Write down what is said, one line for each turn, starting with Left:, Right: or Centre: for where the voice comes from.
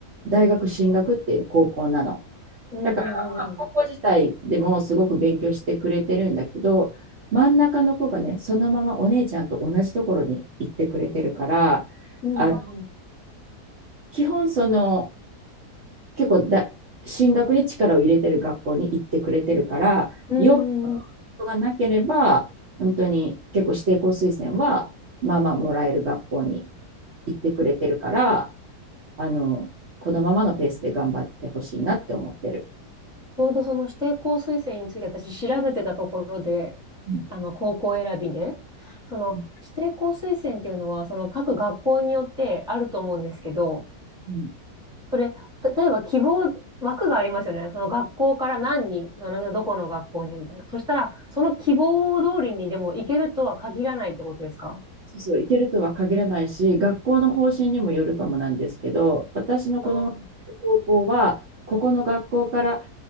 Right: 大学進学っていう高校なの。
Centre: うんうんうんうん。
Right: だから、まあ、高校自体でもすごく勉強してくれてるんだけど、真ん中の子がね、そのままお姉ちゃんと同じところに行ってくれてるから、
Centre: うんうんうん。
Right: あ基本その結構だ進学に力を入れてる学校に行ってくれてるから、
Centre: うんうんうん
Right: よっぽどがなければ、本当に結構指定校推薦は、まあまあもらえる学校に行ってくれてるから、あの、このままのペースで頑張ってほしいなって思ってる。
Centre: ちょうどその指定校推薦について私調べてたところで、
Right: うん
Centre: あの、高校選びで、その指定校推薦っていうのは、
Right: うん
Centre: その各学校によってあると思うんですけど、
Right: うん
Centre: それ、例えば希望、枠がありますよね。その学校から何人、あのどこの学校にみたいな。そしたら、その希望通りにでも行けるとは限らないってことですか
Right: そうそう、行けるとは限らないし、学校の方針にもよるかもなんですけど、私の子供の
Centre: あー
Right: 高校は、ここの学校から